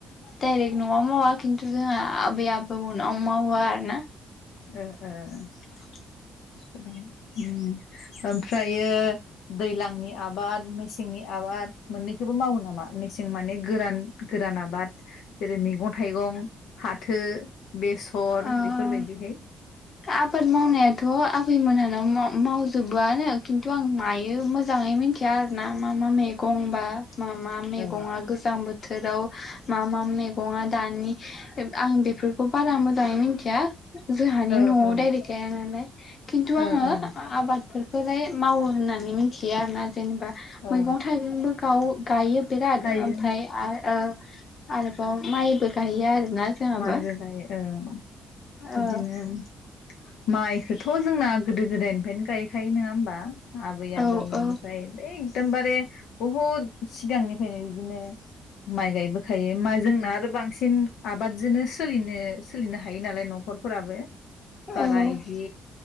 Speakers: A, on the left; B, on the left.
A: डाइरेक्ट न'आव मावा खिन्थु जोंहा आबै आबौनाव मावो आरो ना
B: ओ ओ हेलौ उम ओमफ्रायो दैलांनि आबाद मेसेंनि आबाद मोननैखोबो मावो नामा मेसें माने गोरान गोरान आबाद जेरै मैगं थाइगं फाथो बेसर
A: ओं
B: बेफोरबायदिहाय
A: आबाद मावनायाथ' आबै मोनहानाव माव मावजोबोआनो खिन्थु आं मायो मोजाङै मिथिया आरोना मा मा मैगं बा मा मा मैगङा
B: औ
A: गोजां बोथ बोथोराव मा मा मैगंया दानि आं बे बेफोरखौ बारा मोजाङै मिथिया जोंहानि
B: औ
A: न'आव
B: औ
A: डायरेक्ट गाया नालाय किन्थु आङो
B: ओ ओ
A: आबादफोर खोलाय मावो होननानै मिथियो आरोना जेनेबा
B: ओ
A: मैगं थाइगंबो गाव गायो बिराद
B: गायो
A: ओमफ्राय आ ओ आरोबाव माइबो गाइओ आरो ना जोंहाबो
B: माइबो गायो ओ उम बिदिनोम
A: ओ
B: माइखोथ' जोंना गोदो गोदायनिफायनो गायखायो नोङा होमबा? आबै
A: औ
B: आबौमोननिफ्राय
A: औ
B: बै एकदमबारे बहुद सिगांनिफ्रायनो बिदिनो माइ गायबो थायो मा जोंना आरो बांसिन आबादजोनो सोलिनो सोलिनो हायो नालाय न'खरफोराबो बारा
A: औ
B: इदि